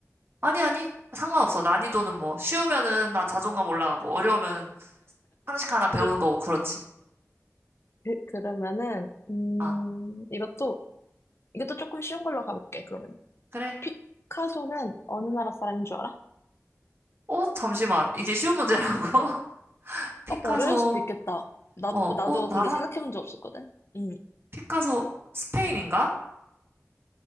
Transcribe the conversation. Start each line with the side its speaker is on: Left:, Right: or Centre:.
Right: 아니, 아니. 상관없어. 난이도는 뭐, 쉬우면은 나 자존감 올라가고, 어려우면은 상식 하나 배우는
Left: 좀-
Right: 거고, 그렇지.
Left: 그- 그러면은, 음,
Right: 아,
Left: 이것도, 이것도 조금 쉬운 걸로 가볼게, 그러면.
Right: 그래?
Left: 피카소는 어느 나라 사람인 줄 알아?
Right: 어? 잠시만. 이게 쉬운 문제라고? <laughs> 피카소,
Left: 어, 어려울 수도 있겠다. 나,
Right: 어,
Left: 나도
Right: 어, 나라?
Left: 근데 생각해 본 적 없었거든? 음.
Right: 피카소, 스페인인가?